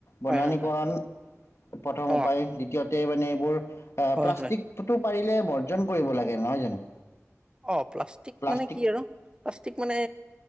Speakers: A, on the left; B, on the right.
A: বননীকৰণ
B: হয় হয় হয়
A: প্ৰথম উপায়,
B: অ
A: দ্বিতীয়তে মানে এইবোৰ এ
B: হয়
A: প্লাষ্টিক-
B: হয়
A: টো পাৰিলে বৰ্জন কৰিব লাগে নহয় জানো?
B: অ, প্লাষ্টিক
A: প্লাষ্টিক
B: মানে কি আৰু প্লাষ্টিক মানে,